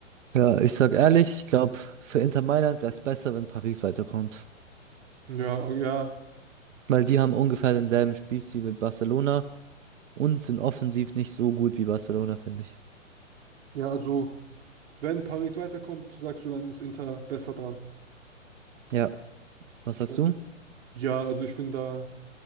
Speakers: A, on the right (about 70°); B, on the right (about 50°).
A: Ja, ich sag ehrlich, ich glaube, für Inter Mailand wäre es besser, wenn Paris weiterkommt.
B: Ja, oh ja,
A: Weil die haben ungefähr denselben Spielstil wie Barcelona und sind offensiv nicht so gut wie Barcelona, finde ich.
B: ja, also wenn Paris weiterkommt, sagst du, dann ist Inter besser dran.
A: Ja, was sagst
B: Okay.
A: du?
B: Ja, also ich bin da.